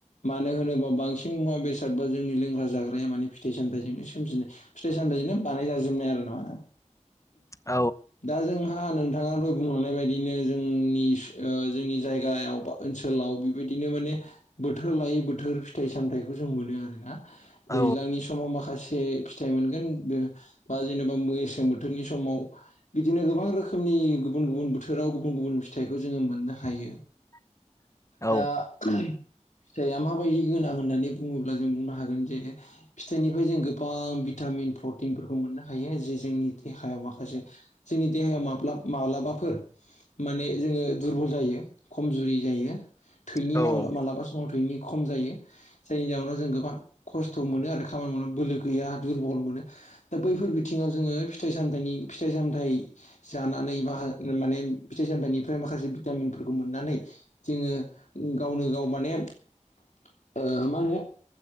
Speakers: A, on the left; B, on the left.
A: मानो होनोबा बांसिन मुवा बेसाद बा जोंनि लोंग्रा जाग्राया माने फिथाइ स थायनो सोमजिनाय फिथाइ सामथायजोंनो बानाय जाजोबनाय आरो नङाना।
B: औ
A: दा जोंहा नोंथाङाबो बुंलानाय बायदिनो जोंनि ओ-जोंनि जायगायाव बा ओनसोलाव बेबायदि दिनो माने बोथोर लायै बोथोर फिथाइ सामथायाइखौ जों मोनो आरोना।
B: औ
A: दैज्लांनि समाव माखासे फिथाइ मोनगोन बा जेनेबा मेसें बोथ थोरनि समाव बिदिनो गोबां रोखोमनि गुबुन गुबुन बोथोराव गुबुन गुबुन फिथाइखौ जोङो मोननो हायो।
B: <unintelligible> औ
A: दा फिथाइआ माबायदि गोनां होननानै बुङोब्ला जों बुंनो हागोन जे फिथाइनिफ्राय जों गोबां बिथा टामिन प्रटिनफोरखौ मोननो हायो जे जोंनि देहायाव माखासे जोंनि देहायाव माब्लाब माब्लाबाफोर माने जोङो दुरबल जायो खमजुरि जायो थैनि
B: औ
A: मालाबा समाव थैनि खम जायो जायनि जाउनाव जों गोबां खस्थ‌मोनो आरो खामानि मावनाय बोलो गैया दुरबल मोनो। दा बैफोर बिथिङाव जोङो फि थाइ सामथायनि फिथाइ सामथाय जानानै बा माने फिथाइ सामथायाइनिफ्राय माखासे भिटामिन फोरखौ मोननानै जोङो गावनो गाव माने ओ मा होनो